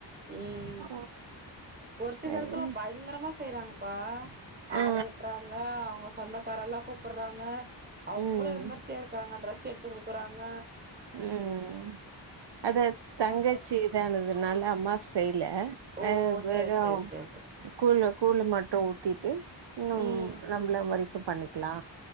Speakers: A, on the right; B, on the right.
A: ம்
B: ஆ
A: ஒரு சில
B: சரி
A: எடத்தில பயங்கரமா செய்றாங்கப்பா
B: ஆ
A: ஆடு வெட்டுறாங்க அவுங்க சொந்தக்கார எல்லா கூப்பிறாங்க அவ்ளோ
B: ம்
A: விமர்சையா இருக்காங்க டிரெஸ் எடுத்து கொடுக்குறாங்க
B: ம் அத தங்கச்சி இதானதுனால அம்மா செய்ல
A: ஓ
B: ஆ வெறு
A: சேர் சேர் சேர் சேர்
B: கூல கூலு மட்டு ஊத்திட்டு இன்னு
A: ம்
B: நம்மள வரைக்கு பண்ணிக்கலா